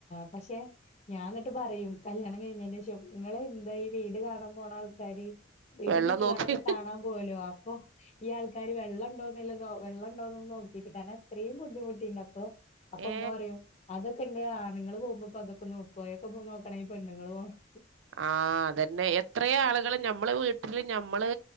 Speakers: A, on the left; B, on the right.
A: പക്ഷെ ഞാൻ ന്നിട്ട് പറയും കല്യാണം കഴിഞ്ഞൻ്റെ <unintelligible> ങ്ങള് എന്താ ഈ വീട് കാണാൻ പോണ ആൾക്കാര് വീടും
B: വെള്ളം
A: ചുറ്റുപാടൊക്കെ
B: നോക്കി
A: കാണാം പോവല്ലോ അപ്പൊ ഈയാൾക്കാര് വെള്ളണ്ടോന്നല്ല നോ വെള്ള ഇണ്ടോന്നൊന്ന് നോക്കീട്ട് കാര്ണം അത്രീം ബുദ്ധിമുട്ടീണ്ട് അപ്പോ അപ്പൊ
B: ഏ
A: ഇമ്മ പറയും അതൊക്കെ ഇണ്ട് ആണിങ്ങള് പോമ്പോ ഇപ്പൊ അതൊക്കെ നോക്കോ അയക്കെപ്പൊ നോക്കണെങ്ങി പെണ്ണിങ്ങള് വാണം
B: ആ അതന്നെ എത്രേയാളുകള് ഞമ്മളെ വീട്ടില് ഞമ്മള്